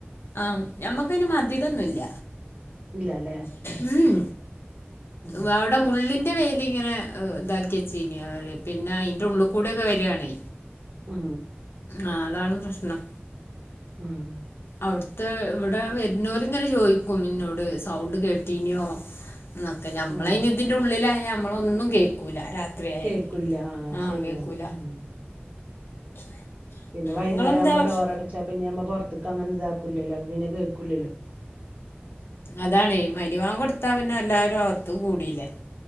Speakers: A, on the left (about 70°); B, on the right (about 40°).
A: ആഹ് നമ്മക്കായിന് മതിലൊന്നുല്ല
B: ഇല്ലല്ലേ ഉം
A: മ്മ്
B: ഉം
A: വടെ മുള്ളിൻ ഇന്റെ വേലിങ്ങനെ ഇതാക്കി വെച്ചീനി അവര് പിന്നെ അയിന്റെ ഉള്ളുകുടെ വരാണെ
B: ഉം
A: ആഹ് അതാണ് പ്രശ്നം
B: ഉം
A: ആവ്ട്ത്തെ ഇവിടെ വര്ന്നോല് ഇങ്ങനെ ചോയിക്കും ഇന്നോട് സൗണ്ട് കേട്ടീനോ ന്നൊക്കെ നമ്മളായിന്
B: ഉം
A: ഇതിന്റെ ഉള്ളിലായാ ഞമ്മളൊന്നും കേക്കുല്ല രാ രാത്രയായാല്
B: കേക്കൂല്ല ആ
A: ആഹ്
B: ശരിയാണ്
A: കേൾക്കൂല
B: ഉം പിന്നെ വഴിനേരം
A: നിങ്ങളെന്താ
B: വഴിനാരാകുബോ
A: ഭക്ഷ
B: ഡോർ അട ചാ പിന്നെ നമ്മള് പൊറത്തേക്ക് പൊറ്ത്ത്ക്ക അങ്ങനെ ഇതാക്കൂലല്ലോ അപ്പോ പിന്നെ കേക്കൂലല്ലോ
A: അതാണ് മഗിരിബ് ബാങ്ക് കൊടുത്ത പിന്നെ എല്ലാവരും അകത്തും കൂടില്ലേ